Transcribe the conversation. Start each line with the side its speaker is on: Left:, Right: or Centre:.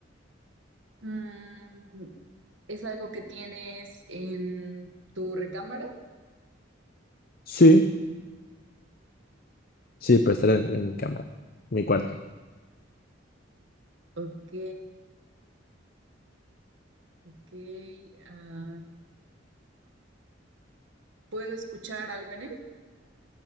Right: mm, ¿es algo que tienes en tu recámara?
Left: Sí, sí, pues tres en mi cama, en mi cuarto.
Right: Ok, ok. ah, ¿puedo escuchar algo en él?